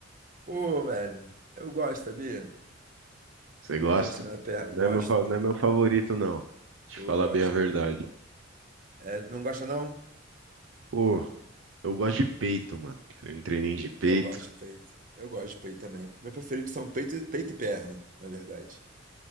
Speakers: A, on the right (about 45°); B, on the right (about 70°).
A: Pô, velho, eu gosto, sabia?
B: Você
A: Eu
B: gosta?
A: gosto, né? Pe-
B: Não
A: Gosto,
B: é meu, fa-
A: pô.
B: não é meu favorito, não. Te
A: Pô,
B: falar
A: eu gosto.
B: bem a verdade.
A: É, não gosta, não?
B: Pô, Eu gosto de peito, mano. Um treininho de peito.
A: Eu gosto de peito. Eu gosto de peito também. Meu preferido são peito, peito e perna, na verdade.